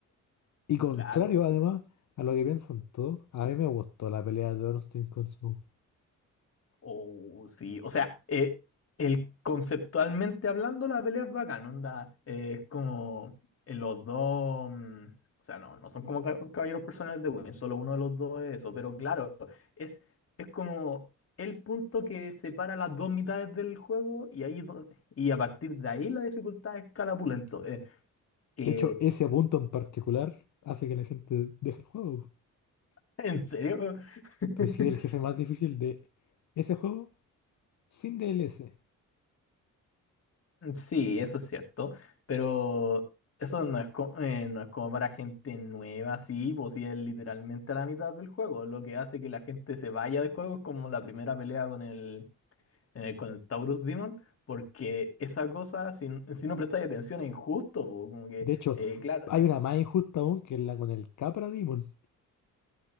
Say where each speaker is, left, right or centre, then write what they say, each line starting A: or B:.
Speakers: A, on the left; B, on the left.
A: Y contrario,
B: Claro,
A: además, a lo que piensan todos, a mí me gustó la pelea de Ornstein con Smough.
B: Oh, sí, o sea, eh, el, conceptualmente hablando, la pelea es bacán, onda, eh, es como eh, los dos, mm, o sea, no, no son como ca- caballeros personales de Win, solo uno de los dos es eso, pero claro, es, es como el punto que separa las dos mitades del juego y ahí donde, y a partir de ahí la dificultad escala pulento. Eh, eh,
A: De hecho, ese punto en particular hace que la gente deje el juego.
B: ¿en serio? <laughs>
A: Pero sí, el jefe más difícil de ese juego sin DLC.
B: Mm, Sí, eso es cierto, pero eso no es, co- eh, no es como para gente nueva, sí, pues sí es literalmente a la mitad del juego. Lo que hace que la gente se vaya del juego es como la primera pelea con el, en el- con el Taurus Demon, porque esa cosa, si, si no prestáis atención, es injusto, po, como que,
A: De hecho,
B: eh, claro.
A: hay una más injusta aún que es la con el Capra Demon.